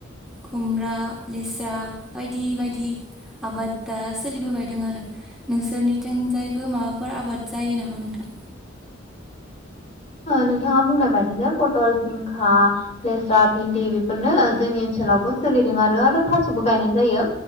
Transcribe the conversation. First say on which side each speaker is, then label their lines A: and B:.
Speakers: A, in the centre; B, on the left.
A: खुमब्रा, लेस्रा बायदि बायदि आबाद दा सोलिबोबायदों आरो नोंसोरनिथिंजायबो माबाफोर आबाद जायो नामा नोंथां
B: <inaudible> नोंथाङा बुंनाय बायदिनो पटल, जिंखा, लेस्रा, भिन्दि बेफोरनो जोंनि ओनसोलावबो सोलिदों आरो आरो थास'बो गायनाय जायो।